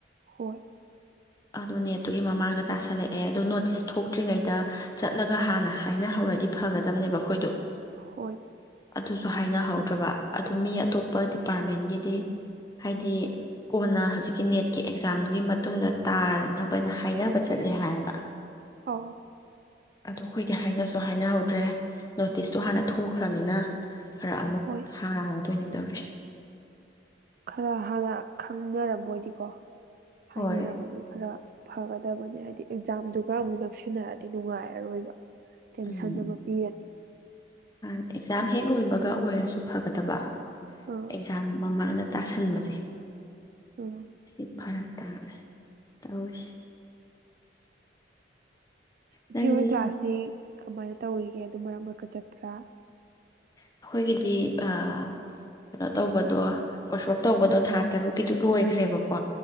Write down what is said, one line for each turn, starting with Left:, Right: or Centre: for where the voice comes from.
Right: ꯍꯣꯏ
Left: ꯑꯗꯨꯣ ꯅꯦꯠꯇꯨꯒꯤ ꯃꯃꯥꯡꯗ ꯇꯥꯁꯜꯂꯛꯑꯦ ꯑꯗꯨꯗꯣ ꯅꯣꯇꯤꯁ ꯊꯣꯛꯇ꯭ꯔꯤꯉꯩꯗ ꯆꯠꯂꯒ ꯍꯥꯟꯅ ꯍꯥꯏꯅꯍꯧꯔꯗꯤ ꯐꯒꯗꯝꯕꯅꯦꯕ ꯑꯩꯈꯣꯏꯗꯣ
Right: ꯍꯣꯏ
Left: ꯑꯗꯨꯁꯨ ꯍꯥꯏꯅꯍꯧꯗ꯭ꯔꯕ ꯑꯗꯨ ꯃꯤ ꯑꯇꯣꯞꯄ ꯗꯤꯄꯥꯔꯠꯃꯦꯟꯒꯤ ꯍꯥꯏꯗꯤ ꯍꯥꯏꯗꯤ ꯀꯣꯟꯅ ꯍꯧꯖꯤꯛꯀꯤ ꯅꯦꯠꯀꯤ ꯑꯦꯛꯖꯥꯝꯗꯨꯒꯤ ꯃꯇꯨꯡꯗ ꯇꯥꯅꯕꯅ ꯍꯥꯏꯅꯕ ꯆꯠꯂꯦ ꯍꯥꯏꯌꯦꯕ
Right: ꯑꯣ
Left: ꯑꯗꯣ ꯑꯩꯈꯣꯏꯗꯤ ꯍꯥꯏꯅꯁꯨ ꯍꯥꯏꯅꯍꯧꯗ꯭ꯔꯦ ꯅꯣꯇꯤꯁꯇꯣ ꯍꯥꯟꯅ ꯊꯣꯛꯈ꯭ꯔꯅꯤꯅ ꯈꯔ ꯑꯃꯨꯛ
Right: ꯍꯣꯏ
Left: ꯍꯥꯡꯉꯔꯗꯣꯏ ꯑꯣꯏꯅ ꯇꯧꯔꯤꯁꯤꯅꯦ
Right: ꯈꯔ ꯍꯥꯟꯅ ꯈꯪꯅꯔꯝꯃꯣꯏꯗꯤꯀꯣ ꯍꯥꯏꯅꯔꯔꯕꯅꯤ
Left: ꯍꯣꯏ
Right: ꯈꯔ ꯐꯒꯗꯕꯅꯦ ꯍꯥꯏꯗꯤ ꯑꯦꯛꯖꯥꯝꯗꯨꯒ ꯑꯃꯨꯛ ꯅꯛꯁꯤꯟꯅꯔꯗꯤ ꯅꯨꯡꯉꯥꯏꯔꯔꯣꯏꯕ ꯇꯦꯟꯁꯟ
Left: ꯎꯝ
Right: ꯑꯃ ꯄꯤꯔꯅꯤ
Left: ꯑꯦꯛꯖꯥꯝ ꯍꯦꯛ ꯂꯣꯏꯕꯒ ꯑꯣꯏꯔꯁꯨ ꯐꯒꯗꯕ
Right: ꯑꯥ
Left: ꯑꯦꯛꯖꯥꯝ ꯃꯃꯥꯡꯗ꯫ ꯇꯥꯁꯟꯕꯁꯦ꯫
Right: ꯑꯣ꯫
Left: ꯁꯤ ꯐꯔꯛ ꯇꯥꯔꯦ ꯇꯧꯔꯤꯁꯤ꯫
Right: ꯏꯆꯣ
Left: ꯅꯪꯗꯤ
Right: ꯀ꯭ꯂꯥꯁꯇꯤ꯫ ꯀꯃꯥꯏꯅ ꯇꯧꯔꯤꯒꯦ ꯑꯗꯨ ꯃꯔꯛ ꯃꯔꯀ ꯆꯠꯄ꯭ꯔꯥ꯫
Left: ꯑꯩꯈꯣꯏꯒꯤꯗꯤ ꯑ ꯀꯩꯅꯣ ꯇꯧꯕꯗꯣ ꯀꯣꫪꯁꫭꯛ ꯇꯧꯕꯗꯣ ꯊꯥ ꯇꯔꯨꯛꯀꯤꯗꯨꯣ ꯂꯣꯏꯈ꯭ꯔꯦꯕꯀꯣ꯫